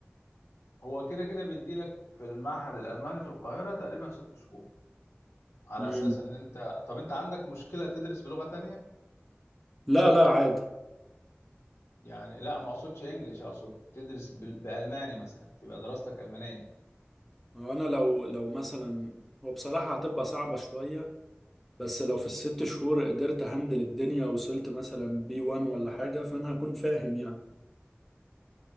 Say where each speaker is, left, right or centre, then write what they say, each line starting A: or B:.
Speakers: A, on the left (about 80°); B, in the centre.
A: هو كده كده بيديلك في المعهد الألماني في القاهرة تقريبا ست شهور على
B: امم
A: أساس ان انت طب انت عندك مشكلة تدرس بلغة تانية
B: لا لا عادي
A: يعني لا ما اقصدش انجليش اقصد تدرس بال- بالماني مثلا تبقى دراستك المانيه
B: هو انا لو لو مثلا هو بصراحة هتبقى صعبة شوية بس لو في الست شهور قدرت هندل الدنيا وصلت مثلا بي 1 ولا حاجة فأنا هكون فاهم يعني